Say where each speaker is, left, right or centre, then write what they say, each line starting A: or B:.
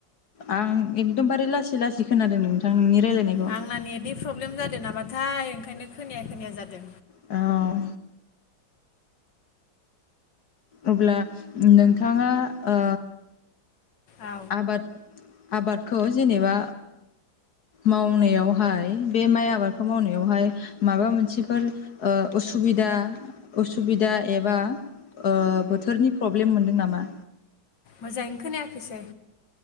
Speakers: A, on the left (about 60°); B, on the left (about 75°).
A: आं एकदमबारे लासै लासै खोनादों नोंथां नोंनि रायलायनायखौ
B: आंना नेटनि प्रब्लेम जादों नामाथाय ओंखायनो खोनाया खोनाया जादों।
A: औ अब्ला नोंथाङा ओ
B: औ
A: आबाद आबादखौ जेनेबा मावनायावहाय बे माइ आबादखौ मावनायावहाय माबा मोनसेफोर उसुबिदा उसुबिदा एबा ओ बोथोरनि प्रब्लेम मोनदों नामा?
B: मोजाङैनो खोनायाखैसै